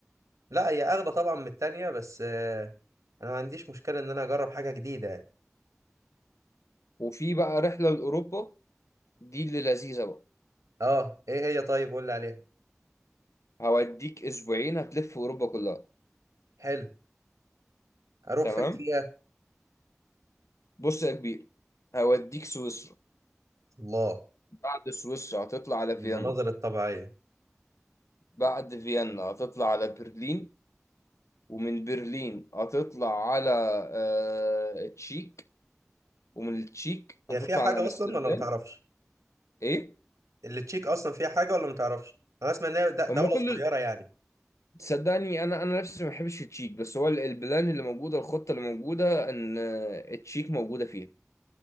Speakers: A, on the right; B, on the left.
A: لا هي اغلى طبعا من التانية بس آه، انا ما عنديش مشكله ان انا اجرب حاجه جديده يعني
B: وفي بقى رحلة لأوروبا دي اللي لذيذة بقى
A: اه ايه هي طيب قول لي عليها
B: هوديك اسبوعين هتلف اوروبا كلها
A: حلو هروح
B: تمام
A: فين فيها
B: بص يا كبير هوديك سويسرا
A: الله
B: بعد سويسرا هتطلع على فيينا
A: المناظر الطبيعيه
B: بعد فيينا هتطلع على برلين ومن برلين هتطلع على آه، تشيك ومن التشيك
A: هي
B: هتطلع
A: فيها حاجه
B: على امستردام
A: اصلا ولا ما تعرفش
B: ايه
A: اللي تشيك اصلا فيها حاجه ولا ما تعرفش انا اسمع ان هي د-
B: هما
A: دوله
B: كل
A: صغيره يعني
B: تصدقني انا انا نفسي ما بحبش التشيك بس هو ال- البلان اللي موجوده الخطه اللي موجوده ان آه، التشيك موجوده فيها